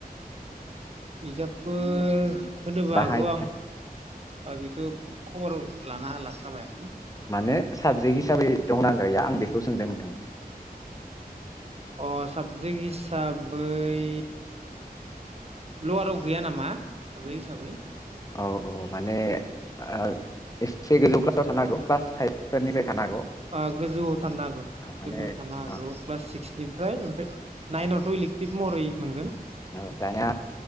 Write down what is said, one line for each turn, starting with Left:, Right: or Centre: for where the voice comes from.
Right: बिजाबफोर होनोबो
Left: बाहाय
Right: हागौ आं बा बेखौ खबर लाना हा लास्लाबाय
Left: माने साबजेखहिसा हिसाबै दंना गैया आं बेखौ सोंदों नों <unintelligible>
Right: अ साबजेक्ट हिसाबै लवाराव गैया नामा साबजेक्ट हिसाबै
Left: औ -औ माने ओ एसे गोजौ क्लासाव थानो हागौ क्लास फाइभफोरनिफ्राय थानो हागौ
Right: औ गोजौआव थानो हागौ
Left: माने
Right: गोजौआव थानो हागौ
Left: औ
Right: क्लास सिक्सनिफ्राय ओमफ्राय
Left: औ
Right: नाइनावथ' इलेकटिफ महरै मोनगोन
Left: औ दानिया